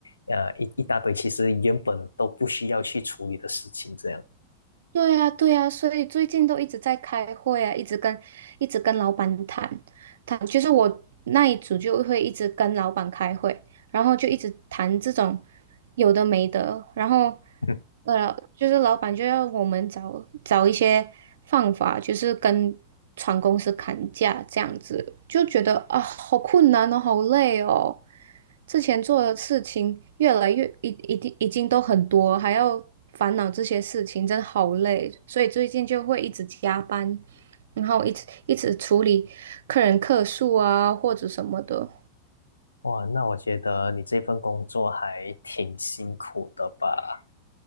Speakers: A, on the left (about 80°); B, on the right (about 60°).
A: 呃，一一大堆其实原本都不需要去处理的事情，这样。
B: 对呀对呀，所以最近都一直在开会啊，一直跟一直跟老板谈谈，就是我那一组就会一直跟老板开会，然后就一直谈这种有的没的，然后
A: <laughs>
B: 呃，就是老板就要我们找找一些方法，就是跟船公司砍价这样子，就觉得啊，好困难哦，好累哦。之前做的事情越来越一一定已经都很多，还要烦恼这些事情，真的好累。所以最近就会一直加班，然后一直一直处理客人客诉啊或者什么的。
A: 哇，那我觉得你这份工作还挺辛苦的吧？